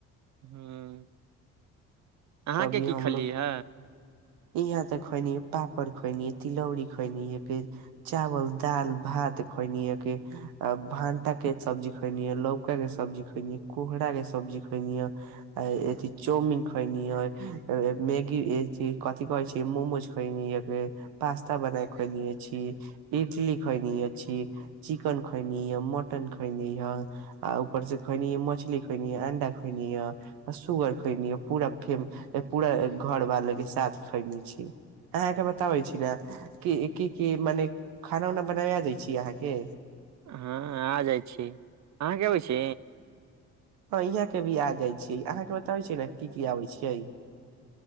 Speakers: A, on the right (about 50°); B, on the right (about 65°).
A: हूँ अहाँके
B: कभी
A: की
B: हमलोग
A: खलियै ह
B: यहाँ त खएनी पापड़ खएनी तिलौड़ी खएनि य चावल डाल भात घनि अके भानता के सब्जी खैएनी य लौका के सब्जी खैएनी य कोहरा के सब्जी खैएनी य आ अथी चौउमीन खइनि खएनी मैगी कथी कह छी मोमोज खनि एक बैर पास्ता बना खएनी अछि इडली खएनी अछि चिकन खयनी य मटन खयनी य आ ऊपर से खयनी मछली खोयनी अंडा खयनी सुगर खयनी पूरा फेर पूरा घर वालो के साथ खयने छी अहाँके बताबै छी ने क की की मने खाना उना बनावा दै छी आहाके
A: हँ आ जाइ छी अहाँके अबै छी
B: ह यहाँ के भी आ जाइ छीयै अहाँ के बताबै छीयै ने की की आबै छियै